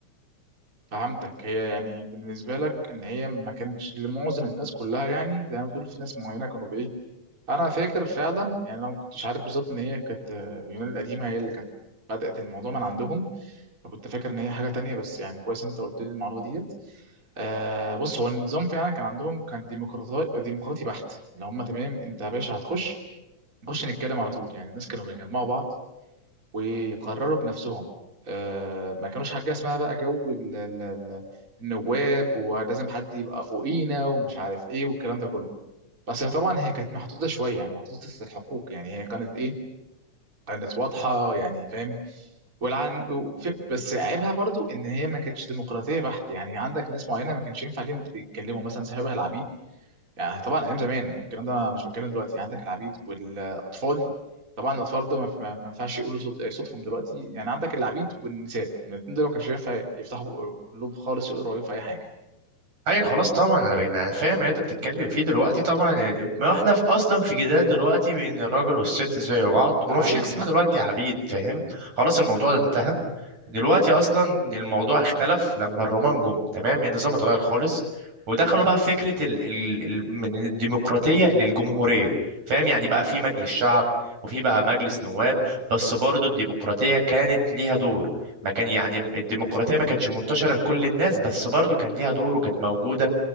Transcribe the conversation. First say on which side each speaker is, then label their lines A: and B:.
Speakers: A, on the right; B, on the right.
A: فهمتك هي يعني بالنسبة لك إن هي ما كانتش لمعظم الناس كلها يعني زي ما بتقول في ناس معينة كانوا بإيه أنا فاكر فعلا يعني أنا ما كنتش عارف بالظبط إن هي كانت آه، اليونان القديمة هي اللي كانت بدأت الموضوع من عندهم أنا كنت فاكر إن هي حاجة تانية بس يعني كويس أنت قلت لي المعلومة ديت آه بص هو النظام فعلا كان عندهم كان ديمقراطي ديمقراطي بحت اللي هم تمام أنت يا باشا هتخش نخش نتكلم على طول يعني الناس كانوا بيجمعوا بعض وقرروا بنفسهم آه، ما كانوش حاجة اسمها بقى جو ال- ال- ال- النواب ولازم حد يبقى فوقينا ومش عارف ايه والكلام ده كله بس طبعا هي كانت محدودة شوية يعني محدودة الحقوق يعني هي كانت ايه كانت واضحة يعني فاهم والعن... وف- بس عيبها برضو ان هي ما كانتش ديمقراطية بحت يعني عندك ناس معينة ما كانش ينفع ليهم يتكلموا مثلا شبه العبيد يعني طبعا ايام زمان الكلام ده مش بتكلم دلوقتي عندك العبيد والاطفال طبعا الاطفال ده ما ما- ما ينفعش يقولوا صوت آه، صوتهم دلوقتي يعني عندك العبيد والنساء من الاثنين دول ما كانش ينفع يفتحوا بق- لهم خالص يقروا عليهم في اي حاجه
B: اي خلاص طبعا انا بين انا فاهم اللي انت بتتكلم فيه دلوقتي طبعا ما احنا في اصلا في جدال دلوقتي بين الراجل والست زي بعض
A: ده
B: وما
A: حقيقي
B: فيش حاجه اسمها
A: صح
B: دلوقتي عبيد فاهم خلاص الموضوع ده انتهى دلوقتي اصلا الموضوع اختلف لما الرومان جم تمام النظام اتغير خالص ودخلوا بقى في فكره ال ال ال من الديمقراطيه للجمهوريه فاهم يعني بقى في مجلس شعب وفي بقى مجلس نواب بس برضه الديمقراطيه كانت ليها دور ما كان يعني الديمقراطيه ما كانتش منتشره لكل الناس بس برضه كان ليها دور وكانت موجوده